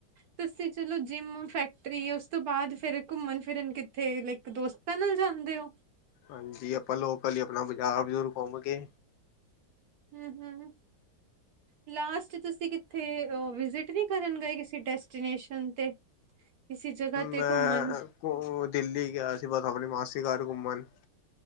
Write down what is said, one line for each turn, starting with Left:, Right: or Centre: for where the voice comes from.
Right: ਤੁਸੀਂ ਚਲੋ ਜਿੰਮ ਫੈਕਟਰੀ ਉਸ ਤੋਂ ਬਾਅਦ ਫਿਰ ਘੁੰਮਣ ਫਿਰਨ ਕਿੱਥੇ ਲਾਇਕ ਦੋਸਤਾਂ ਨਾਲ ਜਾਂਦੇ ਹੋ?
Left: ਹਾਂਜੀ ਆਪਾਂ ਲੋਕਲ ਹੀ ਆਪਣਾ ਬਾਜ਼ਾਰ-ਬਜ਼ੂਰ ਘੁੰਮ ਕੇ
Right: ਹੂੰ-ਹੂੰ, ਲਾਸਟ ਤੁਸੀਂ ਕਿਥੇ ਵਿਜਿਟ ਨੀ ਕਰਨ ਗਏ ਕਿਸੇ ਡੈਸਟੀਨੇਸਨ ਤੇ? ਕਿਸੇ ਜਗ੍ਹਾ ਤੇ
Left: ਮੈਂ
Right: ਘੁੰਮਣ
Left: ਓ ਦਿੱਲੀ ਗਿਆ ਸੀ ਬਸ ਆਪਣੀ ਮਾਸੀ ਦੇ ਘਰ ਘੁੰਮਨ।